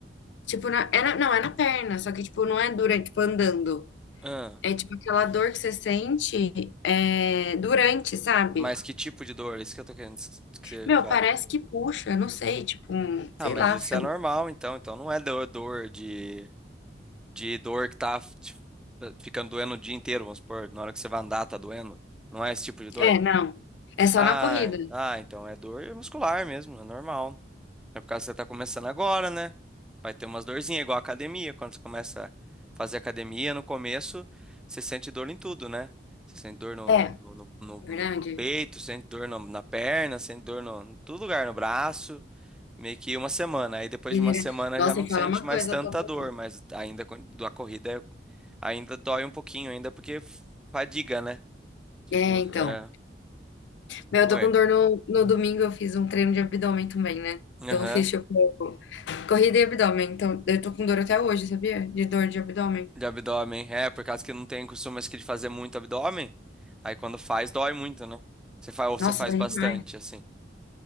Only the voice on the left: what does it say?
Tipo, na... é na- não, é na perna, só que, tipo, não é durante, tipo, andando.
É, tipo, aquela dor que você sente é, durante, sabe?
Meu,
parece que puxa, não sei, tipo, um-
sei
lá,
fica
É, não. É só
na corrida.
É,
verdade.
Genera-
Nossa,
e
fala uma
coisa,
eu tô com.
É, então.
Meu, eu
tô com dor no, no domingo, eu fiz um treino de abdômen também, né?
Então eu fiz, tipo, corrida e abdômen. Então eu tô com dor até hoje, sabia? De dor de abdômen.
Nossa,
dói
demais.